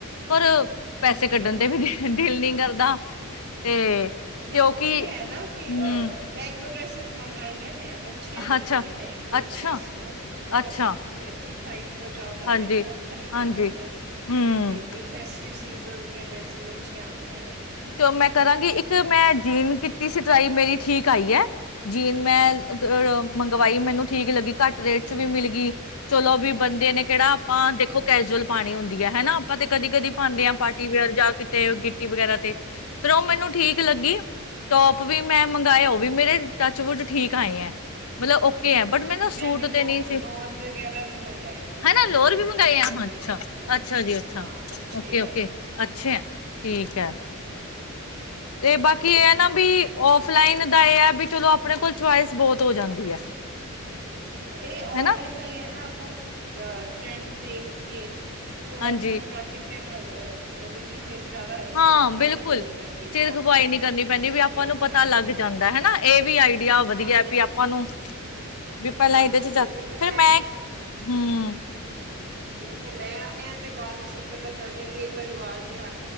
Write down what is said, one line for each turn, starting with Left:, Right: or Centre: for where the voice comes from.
Left: ਪਰ ਪੈਸੇ ਕੱਢਣ
Right: ਹਾਂਜੀ
Left: ਤੇ ਵੀ ਦਿਲ ਨ ਕਰਦਾ ਤੇ ਕਿਉਂਕਿ
Right: ਨਹੀਂ ਉਹੀ ਹੈ ਨਾ ਕਿ
Left: ਹਮ
Right: ਅ ਮੈਂ ਇੱਕ ਦੋਸ ਸੁਣਨ ਆਈ ਹੈ ਅੱਛੀਆਂ ਨਿਕਲੀਆਂ
Left: ਅੱਛਾ
Right: ਹੈ ਇੱਕ ਦੋ
Left: ਅੱਛਾ
Right: ਸਾਈਡਸ ਤੋਂ ਮਤਲਬ
Left: ਅੱਛਾ
Right: ਕੋਈ ਅੱਛੀ ਹਾਈ ਜਾਓ ਨਾ
Left: ਹਾਂਜੀ
Right: ਫਿਰ ਤਾਂ ਅੱਛਾ ਨਿਕਲ
Left: ਹਾਂਜੀ
Right: ਜਾਂਦਾ ਹੈ
Left: ਹਮ
Right: ਤੇ ਅ ਸੀਜ਼ਨ ਦੀਆਂ ਡਰੈਸਿਸ ਅੱਛੀਆਂ ਆਉਂਦੀਆਂ ਨੇ
Left: ਚ ਮੈਂ ਕਰਾਂਗੀ ਇੱਕ ਮੈਂ ਜੀਨ ਕੀਤੀ ਸੀ ਟਰਾਈ ਮੇਰੀ ਠੀਕ ਆਈ ਹੈ ਜੀਨ ਮੈਂ ਅ ਮੰਗਵਾਈ ਮੈਨੂੰ ਠੀਕ ਲੱਗੀ ਘੱਟ ਰੇਟ ਚ ਵੀ ਮਿਲ ਗਈ ਚਲੋ ਵੀ ਬੰਦੇ ਨੇ ਕਿਹੜਾ ਆਪਾਂ ਦੇਖੋ ਕੈਜੂਅਲ ਪਾਣੀ ਹੁੰਦੀ ਹੈ ਹਨਾ ਆਪਾਂ ਤੇ ਕਦੀ ਕਦੀ ਪ ਪਾਉਂਦੇ ਆ ਪਾਰਟੀ ਵੇਅਰ ਜਾਂ ਕਿਤੇ ਗਿੱ ਟੀ ਵਗੈਰਾ ਤੇ ਫ ਉਹ ਮੈਨੂੰ ਠੀਕ ਲੱਗੀ ਟੋਪ ਵੀ ਮੈਂ ਮੰਗਵਾਏ ਉਹ ਵੀ ਮੇਰੇ ਟੱਚ ਬੁਜ ਠੀਕ ਆਏ ਹੈ ਮਤਲਬ ਓਕੇ ਐ ਬਟ
Right: ਹਾਂਜੀ
Left: ਮੈਨੂੰ ਸੂਟ
Right: ਮੈਂ ਵੀ ਲੋ
Left: ਤੇ ਨਹੀਂ ਸੀ
Right: ਲੋਨ ਵਗੈਰਾ ਵੀ ਮੰਗਵਾਏ ਸੀ ਮੈਂ
Left: ਹਨਾ
Right: ਵੀ
Left: ਲੋਅਰ
Right: ਲੋਨ
Left: ਮੰਗਾਏ
Right: ਵਗੈਰਾ
Left: ਆ
Right: ਮੰਗਵਾਏ
Left: ਅੱਛਾ।
Right: ਸੀ ਅੱ
Left: ਅੱਛਾ ਜੀ ਅੱਛਾ
Right: ਹਾਂ ਅੱਛੇ
Left: ਓਕੇ-ਓਕੇ
Right: ਆਏ
Left: ਅੱਛੇ ਐ ਠੀਕ ਐ। ਤੇ ਬਾਕੀ ਇਹ ਹੈ ਨਾ ਵੀ ਫਲਾਈਨ ਦਾ ਇਹ ਹੈ ਚਲੋ ਆਪਣੇ ਕੋਲ ਚੁਇਸ ਬਹੁਤ ਹੋ ਜਾਂਦੀ ਹੈ
Right: ਇਹ ਔਨਲਾਈਨ
Left: ਹਨਾ
Right: ਦਾ ਇਹ ਹੈ ਨਾ ਆਪਾਂ ਅ ਫੈਂਕ ਦੇ ਕੇ ਤੇ ਔਫਲਾਈਨ
Left: ਹਾਂਜੀ
Right: ਜਾਂਚ <unintelligible> ਫੇਿਰ ਉਹਦੇ ਦੀ ਫਿਰ ਜ਼ਿਆਦਾ
Left: ਹਾਂ
Right: ਸਿਰ ਖਪਾਈ
Left: ਬਿਲਕੁਲ
Right: ਨੀ ਕਰਨੀ ਪੈਂਦੀ ਨਾ
Left: ਸਿਰ ਖਪਈ
Right: ਔਫਲਾਈਨ
Left: ਨਹੀਂੀ
Right: ਤੇ
Left: ਕਰਨੀ ਪੈਂਦੀ ਵੀ ਆਪਾਂ
Right: ਇਹ
Left: ਨੂੰ ਪਤਾ
Right: ਹਾਂਜੀ
Left: ਲੱਗ ਜਾਂਦਾ ਹਨਾ ਇਹ ਵੀ ਆਈ ਵਧੀਆ
Right: ਹਾਂ
Left: ਵਧੀਆ
Right: ਨਹੀਂ
Left: ਵੀ
Right: ਤਾਂ
Left: ਆਪਾਂ ਨੂੰ ਵੀ ਪਹਿਲਾਂ
Right: ਹਾਂਜੀ
Left: ਇਹਦੇ ਚ ਚੱਲ
Right: ਨਹੀਂ ਤਾਂ
Left: ਫੇਿਰ
Right: ਲੈ
Left: ਮੈਂ
Right: ਕੇ
Left: ਹਮ
Right: ਨਹੀਂ ਤਾਂ ਲੈ ਆਉਂਦੇ ਆ ਤੇ ਬਾਦ ਚ ਫਿਰ ਪਤਾ ਚੱਲ ਜਾ ਵੀ ਇਹ ਤਾਂ ਰਿਵਾਜ਼ ਹੀ ਹੱ